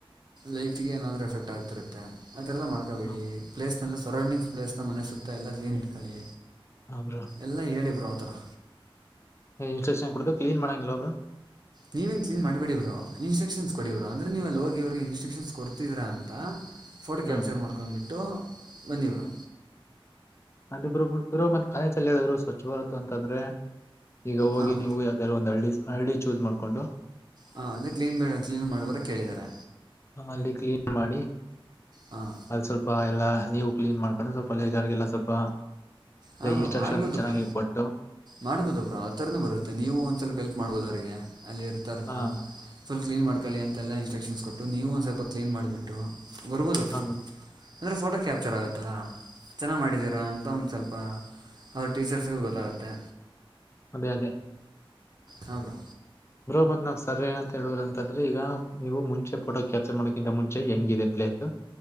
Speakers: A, on the right (about 45°); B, on the left (about 30°).
A: ಲೈಫಗೆ ಏನಾದ್ರು ಎಫೆಕ್ಟ್ ಆಗ್ತಿರುತ್ತೆ ಆರದ ಮಾಡ್ಕೋಬೇಡಿ
B: ಹಾ
A: ಪ್ಲೇಸ್ ಸರೌಂಡಿಂಗ್ಸ್ ಪ್ಲೇಸ್ ನ ಮನೆ ಸುತ್ತ ಎಲ್ಲ ಕ್ಲೀನ್ ಇಟ್ಕೊಳ್ಳಿ
B: ಹಾ ಬ್ರೋ
A: ಎಲ್ಲ ಹೇಳಿ ಪ್ರಾಬ್ <inaudible>
B: ಇನ್ಸನ್ಡತುಲನ್ ಮಾಡಂಗಿಲ್ಲ ಒಬ್ರು
A: ನೀವೇನು ಕ್ಲೀನ್ ಮಾಡ್ಬೇಡಿವರು ಇನ್ಸ್ಟ್ರಕ್ಷನ್ಸ್ ಕೊಡವರು ಅಂದ್ರೆ ನೀವು ಅಲ್ಲಿ ಹೋಗಿವ್ರಿಗೆ ಇನ್ಸಕ್ಷನ್ಸ್ ಕೊಡ್ತಿದೀ್ರಾ ಅಂತ ಫೋಟೋ ಕ್ಯಾಪ್ಚರ್
B: ಹ್ಮ್
A: ಮಾಡ್ಕ್ಬಿಟ್ಟು ಬನ್ನಿವರು
B: ನಂದಿಬ್ರುಬರು ಮತ್ತತ್ ಕಾಲೇಜಲ್ಲಿ ಹೇಳಿದ್ರು ಸ್ವಚ್ಛ ಬರುತು ಅಂತಂದ್ರೆ ಈಗ ಹೋಗಿ
A: ಹಾಂ
B: ನೀವು ಯಾವ್ದಾದಾರು ಒಂದ್ ಹಳ್ಳಿ ಹಳ್ಳಿ ಚೂಸ್ ಮಾಡ್ಕೊಂಡು
A: ಹ ಅದೇ ಕ್ಲೀನ್ ಕ್ಲೀನ್ ಮಾಡ್ಬರಕ್ ಕೇಳಿದಿದ್ದಾರೆ
B: ಹ ಅಲ್ಲಿ ಕ್ಲೀನ್ ಮಾಡಿ
A: ಹಾಂ
B: ಅಲ್ಲಿ ಸ್ವಲ್ಪ ಎಲ್ಲಾ ನೀವು ಕ್ಲೀನ್ ಮಾಡ್ಕೊಂಡು ಸ್ವಲ್ಪ ಲೇಗಾರ್ಗೆಲ್ಲ ಸ್ವಲ್ಪ
A: ಹ ಬ್ರ
B: ಇನ್ಸ್ಟ್ರಕ್ಷನ್
A: ಮಾಡ್ಬೋದು
B: ಚೆನ್ನಾಗಿ
A: ಬ್ರ
B: ಕೊಟ್ಟು
A: ಮಾಡ್ಬೋದು ಬ್ರೋ ಆತರನ ಬರುತ್ತೆ ನೀವು ಒಂದ್ ಸ್ವಲ್ಪ ಎಲ್ ಮಾಡ್ಬೋದು ಅವ್ರರಿಗೆ ಅಲ್ಲಿ ಇರ್ತಾರಲ್ಲ
B: ಹಾ
A: ಫುಲ್ ಕ್ಲೀನ್ ಮಾಡ್ಕೊಳ್ಳಿ ಅಂತೆ ಎಲ್ಲ ಇನ್ಸಕ್ಷನ್ಸ್ ಕೊಟ್ಟ ಅ ನೀವು ಒಂದು ಸ್ವಲ್ಪ ಕ್ಲೀನ್ ಮಾಡಿಬಿಟ್ಟು ಬರ್ಬೋದಪ್ಪ
B: ಹಾ ಮ್ಯಾಮ್
A: ಅಂದರೆ ಫೋಟೋ ಕ್ಯಾಪ್ಚರ್ ಆಗುತ್ತಲ್ಲ ಚೆನ್ನಾಗಿ ಮಾಡಿದ್ದೀರಾ ಅಂತ ಒಂದು ಸ್ವಲ್ಪ ಅವ್ರ ಟೀಚರ್ಸಿಗೂ ಗೊತ್ತಾಗುತ್ತೆ
B: ಅದೇ ಅದೇ
A: ಹಬ್ರೋ
B: ಮತ್ ನಾವ್ ಸರ್ ಏನ ಅಂತ ಹೇಳುವುದು ಅಂತಂದ್ರೆ ಈಗ ನೀವು ಮುಂಚೆ ಫೋಟೋ ಕ್ಯಾಪ್ಚರ್ ಮಾಡಕಿಂತ ಮುಂಚೆ ಹೆಂಗ ಇದೆ ಪ್ಲೇಸ್